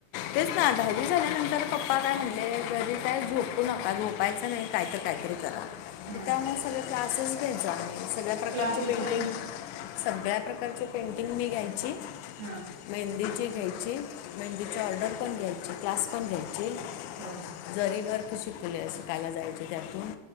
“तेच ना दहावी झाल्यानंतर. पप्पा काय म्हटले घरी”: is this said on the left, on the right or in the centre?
Left